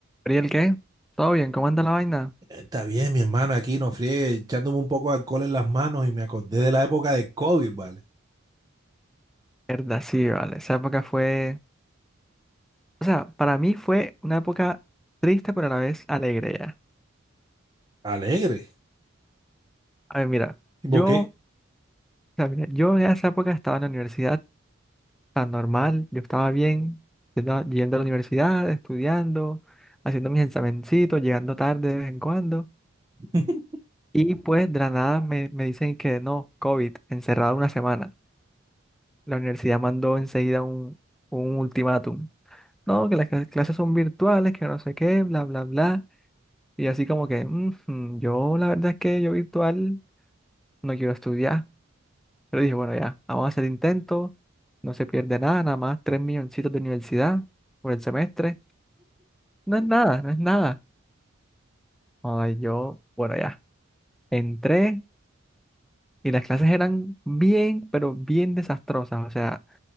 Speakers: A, in the centre; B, on the right (about 20°).
A: ¿Ariel qué? ¿Todo bien? ¿Cómo anda la vaina?
B: Está bien, mi hermano, aquí no friegue, echándome un poco de alcohol en las manos y me acordé de la época de COVID, ¿vale?
A: Verdad, sí, vale. Esa época fue... O sea, para mí fue una época triste, pero a la vez alegre ya.
B: Alegre.
A: A ver, mira,
B: ¿Y
A: yo...
B: por qué?
A: o sea, mira, yo en esa época estaba en la universidad tan normal, yo estaba bien, yendo, yendo a la universidad, estudiando, haciendo mis examencitos, llegando tarde de vez en cuando.
B: <laughs>
A: Y pues de la nada me, me dicen que no, COVID, encerrado una semana. La universidad mandó enseguida un, un ultimátum. No, que las cla- clases son virtuales, que no sé qué, bla, bla, bla. Y así como que, "Ujú, yo la verdad es que yo virtual no quiero estudiar. Pero dije, bueno, ya, vamos a hacer intentos, no se pierde nada, nada más tres milloncitos de universidad por el semestre. No es nada, no es nada. Ay, yo, bueno, ya, entré y las clases eran bien, pero bien desastrosas. O sea,